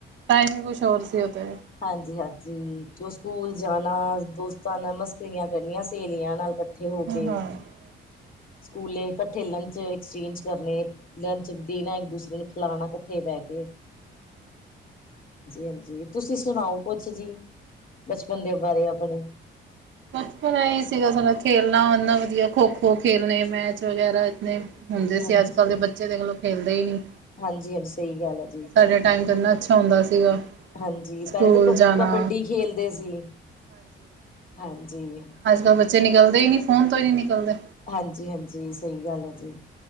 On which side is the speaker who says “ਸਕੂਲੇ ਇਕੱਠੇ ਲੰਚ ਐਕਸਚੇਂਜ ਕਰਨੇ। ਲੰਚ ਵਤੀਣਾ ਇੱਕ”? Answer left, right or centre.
Left